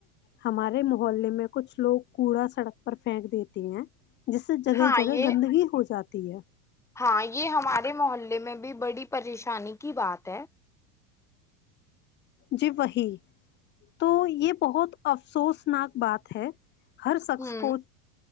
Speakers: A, on the left (about 25°); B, in the centre.
A: ہمارے محلے میں کچھ لوگ کوڑا سڑک پر پھینک دیتے ہیں جس سے جگہ
B: ہاں
A: جگہ
B: یہ
A: گندگی ہو جاتی تی ہے
B: ہاں یہ ہمارے محلے میں بھی بڑی پریشانی کی بات ہے
A: جی وہی تو یہ بہت افسوس نک بات ہے ہر شخص
B: ہوں
A: کو